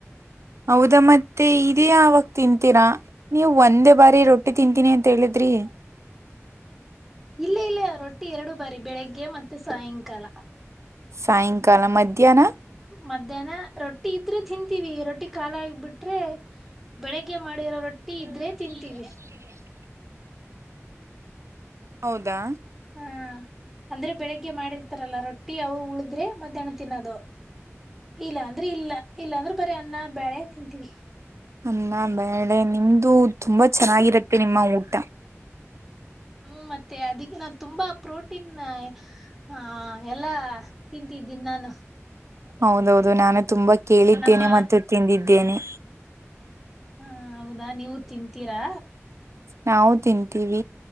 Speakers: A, on the right; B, in the centre.
A: ಹೌದಾ ಮತ್ತೆ ಇದೇ ಅವವಾಗ ತಿಂತೀರಾ ನೀವು ಒಂದೇ ಬಾರಿ ರೊಟ್ಟಿ. ತಿಂತಿನಿ ಅಂತ ಹೇಳಿದ್ರಿ.
B: ಇಲ್ಲ ಇಲ್ಲ ರೊಟ್ಟಿ ಎರಡು ಬಾರಿ ಬೆಳಿಗ್ಗೆ ಮತ್ತೆ ಸಾಯಂಕಾಲ.
A: ಸಾಯಂಕಾಲ ಮಧ್ಯಾನ.
B: ಮಧ್ಯಾಹ್ನ ರೊಟ್ಟಿ ಇದ್ರೆ ತಿಂತೀವಿ ರೊಟ್ಟಿ ಖಾಲಿ ಆಗಿ ಬಿಟ್ರೆ. ಬೆಳಿಗ್ಗೆ ಮಾಡಿರೋ ರೊಟ್ಟಿ ಇದ್ರೆ ತಿಂತೀವಿ.
A: ಹೌದಾ
B: ಹಾ ಅಂದ್ರೆ ಬೆಳಿಗ್ಗೆ ಮಾಡಿರ್ತಾರಲ್ಲ ರೊಟ್ಟಿ ಅವು ಉಳಿದ್ರೆ ಮಧ್ಯಾಹ್ನ. ತಿನ್ನೋದು ಇಲ್ಲ ಅಂದ್ರೆ ಇಲ್ಲ ಇಲ್ಲಾ ಅಂದ್ರೆ ಬರೇ ಅನ್ನ ಬಳೆ ತಿಂತೀವಿ.
A: ಅನ್ನ ಬೆಳೆ ನಿಮ್ದು ತುಂಬಾ ಚೆನ್ನಾಗಿರತ್ತೆ ನಿಮ್ಮ ಊಟ.
B: ಹ್ಮ್ ಮತ್ತೆ ಅದಕ್ಕೆ ನಾವ್ ತುಂಬಾ ಪ್ರೋಟೀನ್. ಹಾ ಎಲ್ಲಾ ತಿಂತಿದ್ದೀನಿ ನಾನು.
A: ಹೌದೌದು ನಾನು ತುಂಬಾ ಕೇಳಿದ್ದೇನೆ
B: ನಮ್ಮ
A: ಮತ್ತೆ ತಿಂದಿದ್ದೇನೆ.
B: ಹಾ ಹೌದಾ ನೀವು ತಿಂತೀರಾ.
A: ನಾವು ತಿಂತೀವಿ.